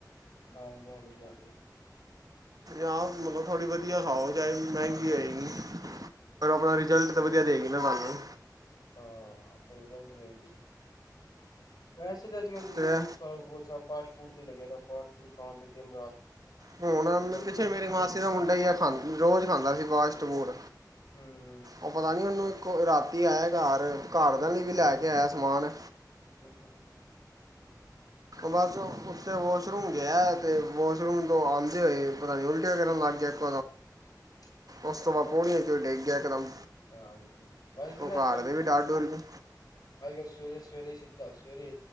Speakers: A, on the left; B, on the right.
A: ਨਾਲ ਜਾਂਦੀ ਹੈ।
B: ਆਹ ਮਤਲਬ ਥੋੜ੍ਹੀ ਵਧੀਆ ਖਾਓ ਚਾਹੇ ਮਹਿੰਗੀ ਹੋਏਗੀ। ਪਰ ਓ ਆਪਣਾ ਰਿਜਲਟ ਤਾਂ ਵਧੀਆ ਦੇਗੀ ਨ ਤੁਹਾਨੂੰ
A: ਹਾਂ <unintelligible> ਵੈਸੇ ਤਾਂ ਜੀ ਅੱਜ ਕਲ
B: ਤੇ
A: ਯੂਥ ਸਾਰਾ ਵ ਫਾਸਟ ਫੂਡ ਤੇ ਲੱਗਇਆ ਦਾ ਫਾਸਟ ਫੂਡ ਖਾਣ ਤੇ ਦਿਨ ਰਾਤ
B: ਹੁਣ
A: ਲਓ ਜੀ
B: ਪਿੱਛੇ ਮੇਰੀ ਮਾਸੀ
A: ਰੋਟੀ
B: ਦਾ ਮੁੰਡਾ ਹੀ ਖਾਧਾ ਰੋਜ਼ ਖਾਂਦਾ ਸੀ ਫਾਸਟ ਫੂਡ
A: ਹੂੰ
B: ਓ ਪਤਾ ਨੀ ਉਹਨੂੰ ਇੱਕ ਰਾਤੀ ਆਇਆ ਘਾਰ ਘਾਰ ਦਿਆ ਲਈ ਵੀ ਲੈ ਕੇ ਆਇਆ ਸਮਾਨ
A: ਹੂੰ-ਹੂੰ
B: ਬਸ ਉੱਥੇ ਵਾਸ਼ਰੂਮ ਗਿਆ ਅਤੇ ਵਾਸ਼ਰੂਮ ਤੋਂ ਆਂਦੇ ਹੋਏ ਪਤਾ ਨਹੀਂ ਉਲਟੀਆਂ ਕਰਨ ਲੱਗ ਗਿਆ। <inaudible>
A: <inaudible>
B: ਉਸ ਤੋਂ ਬਾਦ ਪੋੜੀਆਂ ਚੋਂ ਡਿੱਗ ਗਿਆ ਇਕ ਦਮ
A: ਹਾਂਜੀ ਵੈਸੇ ਨਾ
B: ਓ
A: ਅੱਜ
B: ਘਾਰ
A: ਕੱਲ
B: ਦੇ ਵੀ ਡਰ ਡੁਰ ਗਏ।
A: ਅੱਜ ਕੱਲ ਸਵੇਰੇ-ਸਵੇਰੇ ਸਿੱਧਾ ਸਵੇਰੇ